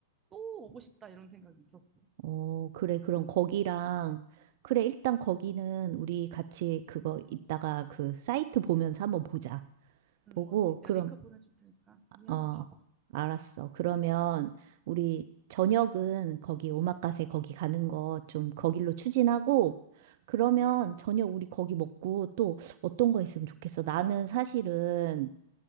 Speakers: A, on the right; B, on the right.
A: 또 오고 싶다 이런 생각이 있었어.
B: 어, 그래, 그럼 거기랑, 그래, 일단 거기는 우리 같이 그거 이따가 그 사이트 보면서 한번 보자.
A: 응,
B: 보고,
A: 언니, 내가
B: 그럼,
A: 링크 보내줄 테니까 언니 한번
B: 어,
A: 봐봐.
B: 알았어. 그러면
A: 응.
B: 우리 저녁은 거기 오마카세 거기 가는 거 좀 거길로 추진하고, 그러면
A: 응.
B: 저녁 우리 거기 먹고 또 어떤 거 있으면 좋겠어. 나는 사실은